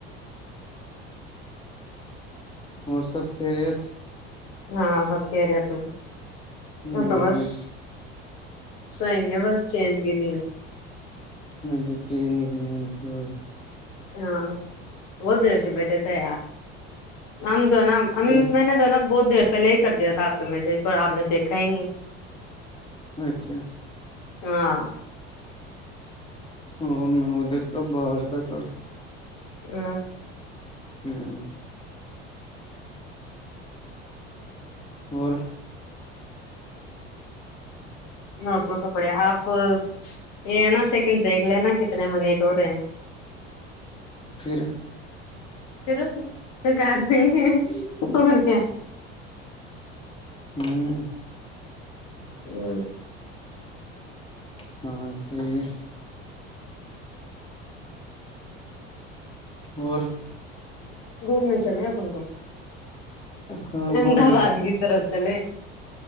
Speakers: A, on the left (about 15°); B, on the left (about 60°).
A: اور سب خیریت
B: ہاں سب کہ رہےتھے
A: بڑھیا
B: تو بس <unintelligible> سوئیں گ بس چین گ نہیں <unintelligible>
A: م چین گ نینسو <unintelligible>
B: ہاں وہہت سے بیٹ تھے <unintelligible> تو نا
A: کیا
B: بہت دیر پہلے ہی کر دیا تھا آپ کے میسج پر آپ نے دیکھا ہی نہیں
A: اچھا
B: ہاں
A: ا میں ادھر تو باہر تھا تھوڑا
B: ا <unintelligible>
A: ہوں <unintelligible> اور
B: نہ پوسا پڑے آپ یہ ہے نا سیکنڈ دیکھ لینا کتنے منٹ ہو رہے ہیں
A: پھر
B: پھر تو کال نہیں نے کیا
A: ہوں <unintelligible>
B: ہ <unintelligible> <inaudible>
A: <unintelligible> اور
B: <unintelligible>
A: کہاں
B: احمدا
A: گھومنے
B: آباد کی طرف چلے